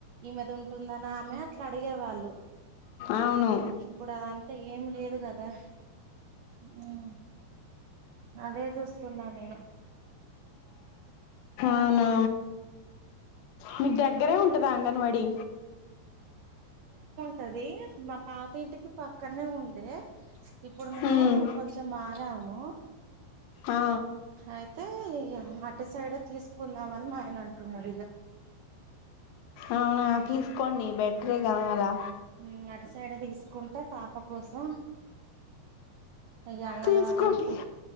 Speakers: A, on the right (about 75°); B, on the left (about 80°).
A: ఈమె దింటుందని ఆమె అట్లా అడిగేవాళ్ళు
B: అవును
A: ఇప్పుడు అదంతా ఏం లేదు కద్ దా హ్మ్ అదే చూస్తున్నా నేను
B: అవునా మీకు దగ్గరే ఉంటదా అంగన్వాడి
A: టది మా పాత ఇంటికి పక్కన్నే ఉండే ఇప్పుడు మేము
B: ఉమ్
A: కొంచెం మార్ ర్ నాము
B: ఆ
A: అయితే ఇగ అటు సైడ్ ఎ తీసుకుందామని మాయన అం టున్నాడు ఇగ
B: అవునా తీసుకోండి బెట్రే కదా అలా
A: నే అటు సైడే తీస్ కుంటా పాప కోసం అయ్య అంగన్వాడి
B: తీసుకోండి
A: ఇప్పుడు